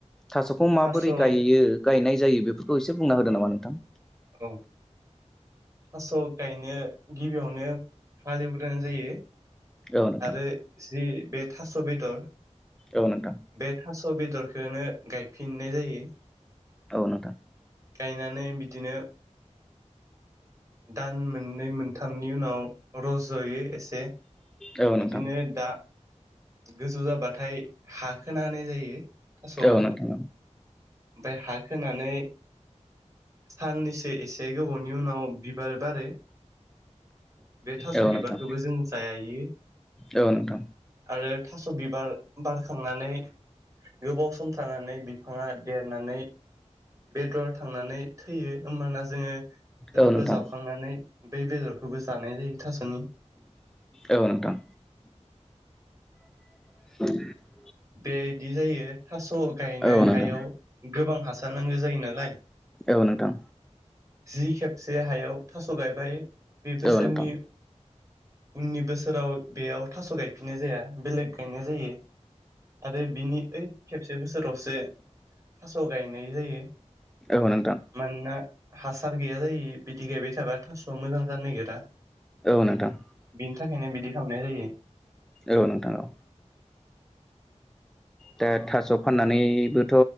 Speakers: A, in the centre; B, on the right.
A: थास'खौ माबोरै
B: थास' औ
A: गायो गायनाय जायो बेफोरखौ एसे बुंना होदो नामा नोंथां?
B: औ। थास' गायनो गिबियावनो हालेवग्रोनाय जायो।
A: औ नोंथां
B: आरो जि बे थास' बेदर
A: औ नोंथां
B: बे थास' अ बेदरखौनो गायफिननाय जायो।
A: औ नोंथां।
B: गायनानै बिदिनो दान मोननै मोनथामनि उनाव रज'यो एसे।
A: औ नोंथां
B: बिदिनो दा गोजौ जाबाथाय हा खोना होनाय जायो थास'आव
A: औ
B: ओमफाय
A: नोंथां
B: हा खोनानै साननैसो एसे गोबावनि उनाव बिबार बारो। बे थास'
A: औ
B: बिबारखौबो
A: नोंथां
B: जों जायो
A: औ नोंथां
B: आरो थास' बिबार बारखांनानै गोबाव सम थानानै बिफाङा देरनानै बेदर थांनानै थैयो होमबाना जोङो बेदरखौ
A: औ नोंथां औ नोंथां
B: जावखांनानै बै बेदरखौबो जानाय जायो थास'नि।
A: औ नोंथां। <inaudible>
B: बेयायदि जायो थास' गायनाय
A: औ नोंथां
B: हायाव गोबां हासार नांगो जायो नालाय।
A: औ नोंथां।
B: जि खेबसे हायाव थास' गायबाय बे बोसोरनि
A: औ नोंथां औ नोंथां
B: उननि बोसोराव बेयाव थास' गायफिननाय जाया बेलेग गायनाय जायो। आरो बिनि ओइ खेबसे बोसोरावसो थास' गायनाय जायो।
A: औ नोंथां
B: मानोना हासार गैया जायो बिदि गायबाय थाबा थास'वा मोजां जानो नागिरा।
A: औ
B: बिनि थाखायनो बिदि खामनाय जायो।
A: औ नोंथां औ। दा थास' फाननानैबोथ'